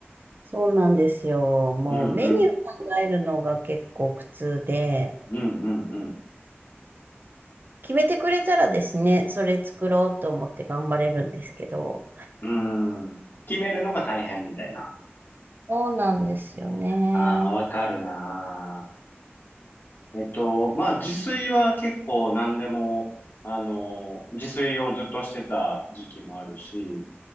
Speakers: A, on the right; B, on the left.
A: そうなんですよ。もうメニュー考えるのが結構苦痛で、
B: うんうん。うんうんう
A: 決めてくれたらですね、それ作ろうと思って頑張れるんですけど。
B: ん。うーん。決めるのが大変みたいな。
A: そうなんですよね。
B: ああ、わかるなー。えっと、まあ、自炊は結構何でも、あの、自炊をずっとしてた時期もあるし、